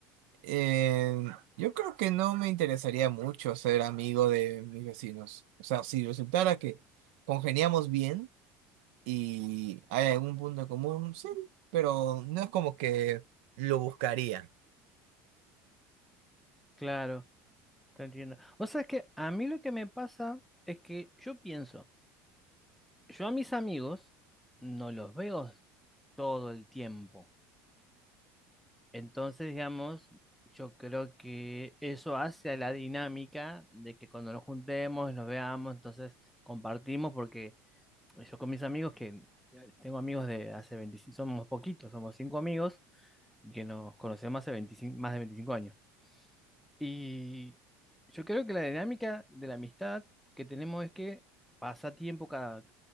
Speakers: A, on the right; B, in the centre.
A: Eh, yo creo que no me interesaría mucho ser amigo de mis vecinos. O sea, si resultara que congeniamos bien y hay algún punto en común, sí, pero no es como que lo buscaría.
B: claro, te entiendo. O sea, es que a mí lo que me pasa es que yo pienso, yo a mis amigos no los veo todo el tiempo. Entonces, digamos, yo creo que eso hace a la dinámica de que cuando nos juntemos, nos veamos, entonces compartimos, porque Yo con mis amigos, que eh, tengo amigos de hace 25, somos poquitos, somos cinco amigos que nos conocemos hace veinticinco más de 25 años. Y yo creo que la dinámica de la amistad que tenemos es que pasa tiempo, cada